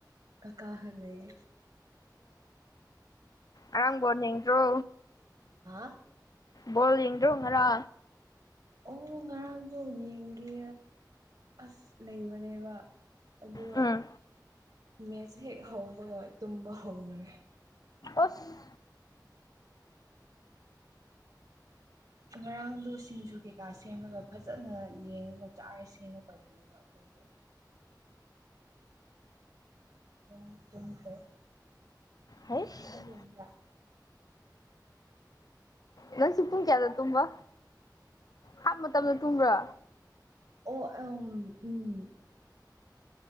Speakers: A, on the right; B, on the left.
A: ꯀ ꯀꯥꯒ ꯂꯩꯦ
B: ꯑꯔꯥꯡꯕꯣꯠ ꯅ꯭ꯔꯣ
A: ꯍꯥꯥ
B: ꯕꯣꯜ ꯌꯦꯡꯗ꯭ꯔꯣ ꯉꯔꯥ
A: ꯑꯣ ꯉꯔꯥꯡꯁꯨ ꯌꯦꯡꯒꯦ ꯑꯁ ꯂꯩꯕꯅꯦꯕ ꯑꯗꯨꯒ
B: ꯎꯝ
A: ꯃꯦꯠꯁ ꯍꯦꯛ ꯍꯧꯕꯒ ꯇꯨꯝꯕ ꯍꯧꯈ꯭ꯔꯦ
B: ꯑꯁ
A: ꯎ ꯉꯔꯥꯡꯗꯨ ꯁꯤꯡꯖꯨ ꯀꯩꯀꯥ ꯁꯦꯝꯃꯒ ꯐꯖꯅ ꯌꯦꯡꯉꯒ ꯆꯥꯏꯔ ꯁꯦꯡꯅ ꯇꯧꯕꯅꯦ ꯈꯣꯏꯒꯣ ꯑꯗꯨꯝ ꯆꯝꯈ꯭ꯔ
B: ꯍꯩꯁ
A: ꯅꯪꯗꯤ ꯂꯦꯡꯕ꯭ꯔ
B: ꯅꯪ ꯁꯤ ꯇꯨꯡ ꯀꯌꯥꯗ ꯇꯨꯝꯕ ꯍꯥꯞ ꯃꯇꯝ ꯃꯇꯝꯗ ꯇꯨꯝꯕ꯭ꯔꯥ
A: ꯑꯣ ꯑ ꯎꯝ